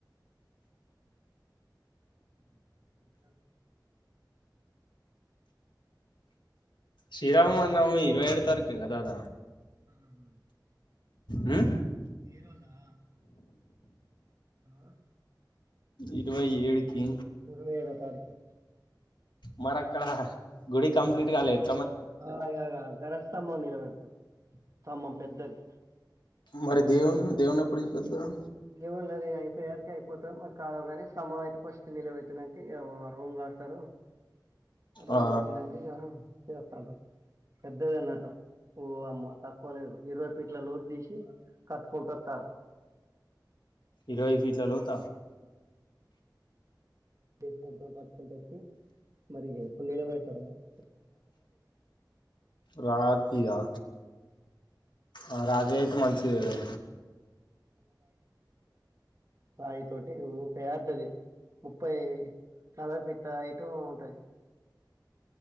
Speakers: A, on the right; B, on the left.
A: ఇంకా
B: శ్రీరామా నవమి ఇరవై ఏడు తారఖేగా తాత
A: ఆహా
B: ఉ
A: ఏ రోజా ఆ
B: ఇరవై ఏడుకి
A: ఇరవై ఏడో తారీఖు
B: మరక్కడ గుడి కంప్లీట్ గాలేద్
A: అ ఇగ ఇగ గనెస్థంభం నిలబెడతరు స్తంభం పెద్దది
B: మరి దేవున్ దేవున్నీ ఎప్పుడూ తీసుకొత్తరు
A: దేవుళ్లది అయిపోయవరికి అయిపోతా మారి కాద కాని స్తంభం అయితే ఫస్ట్ నిలబెట్డానికి రూమ్ లా కడతరు రూమ్
B: ఆ
A: కట్టినాక ఇగా చెత్తంటరు పెద్దది అన్నట్టు ఓ అమ్మ తక్కువ లేదు ఇరవై ఫీట్ల లోతు దీసి కట్టుకుంట అత్తర్రు
B: ఇరవై ఫీట్లలోత
A: పెడతారు పట్కుంట వచ్చి మరిగాప్పుడు నీలో పెడతారు మకు
B: రాతిర ఆ రాజయ్య అయితే మంచిదే లె
A: వాయి తోటి ఊ పేద్దది ముప్పై నలభై పీట్ల హైట్ ఉంటది